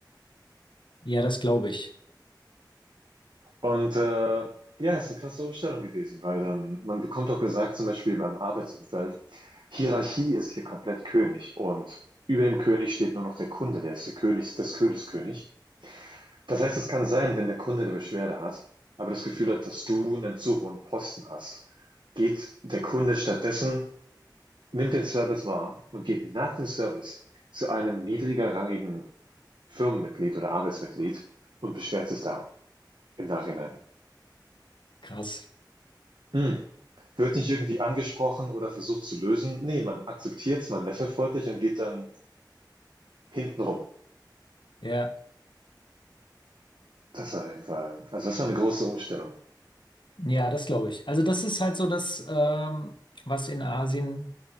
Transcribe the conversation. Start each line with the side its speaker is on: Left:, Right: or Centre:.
Left: Ja, das glaube ich.
Right: Und, äh, ja, ist eine krasse Umstellung gewesen, weil dann man bekommt auch gesagt, zum Beispiel beim Arbeitsumfeld: „Hierarchie ist hier komplett König und über dem König steht nur noch der Kunde, der ist der König des Königs König.“ Das heißt, es kann sein, wenn der Kunde eine Beschwerde hat, aber das Gefühl hat, dass du einen zu hohen Posten hast, geht der Kunde stattdessen nimmt den Service wahr und geht nach dem Service zu einem niedriger rangigen Firmenmitglied oder Arbeitsmitglied und beschwert sich da im Nachhinein.
Left: Krass.
Right: Hm. Wird nicht irgendwie angesprochen oder versucht zu lösen. nee man akzeptiert es man lächelt freundlich und geht dann hintenrum.
Left: Ja,
Right: Das war auf Fall also das war eine große Umstellung.
Left: ja, das glaube ich. Also das ist halt so das, ähm, was in Asien,